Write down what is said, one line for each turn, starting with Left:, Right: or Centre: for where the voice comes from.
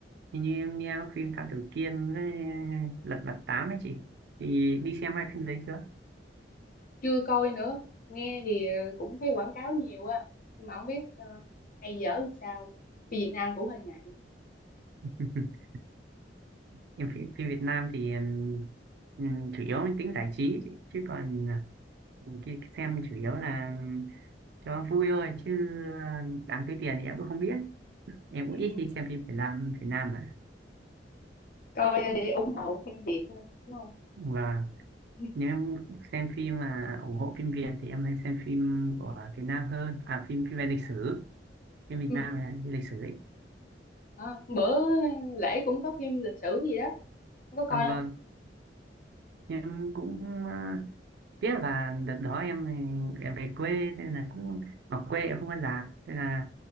Right: Thì như em nghe phim Thám Tử Kiên với Lật Mặt Tám ấy chị thì đi xem hai phim đấy chưa
Left: chưa coi nữa nghe thì ờ, cũng thấy quảng cáo nhiều á nhưng mà không biết ờ, hay dở làm sao vì Việt Nam cũng hơi ngại
Right: <laughs> em phim, phim Việt Nam thì ừm, chủ yếu mang tính giải trí ấy chị. chứ còn khi xem chủ yếu là cho vui thôi chứ đáng tiêu tiền thì em cũng không biết em cũng
Left: ừ.
Right: ít khi xem phim Việt Nam Việt Nam mà
Left: coi để ủng hộ phim Việt thôi, đúng không
Right: và
Left: <laughs>
Right: nếu em xem phim mà ủng hộ phim Việt thì em hay xem phim của Việt Nam hơn à phim phim về lịch sử phim Việt
Left: ừ.
Right: Nam là về lịch sử đấy
Left: Đó. bữa lễ cũng có phim lịch sử gì đó không có coi
Right: à, vâng
Left: không
Right: em cũng ờ, tiếc là đợt đó em em về quê thế là cũng ở quê em không có rạp thế là